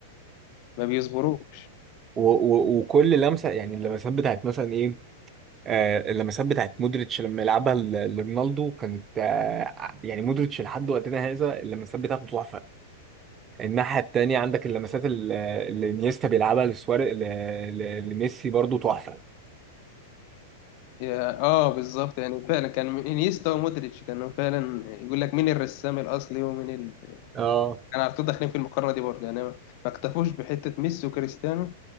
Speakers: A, on the left (about 55°); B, on the right (about 25°).
A: ما بيصبروش
B: و و وكل لمسه يعني اللمسات بتاعت مثلا ايه آه اللمسات بتاعت مودريتش لما يلعبها ل- لرونالدو كانت آه يعني مودريتش لحد وقتنا هذا اللمسات بتاعته تحفه الناحيه التانيه عندك اللمسات ال- اللي انيستا بيلعبها لسواري ل- ل- لميسي برضو تحفه
A: يا- اه بالظبط يعني فعلا كان انيستا ومودريتش كانوا فعلا يقول لك مين الرسام الاصلي ومين ال...
B: اه
A: كان على طول داخلين في المقارنه دي برضه يعني ما ما اكتفوش بحته ميسي وكريستيانو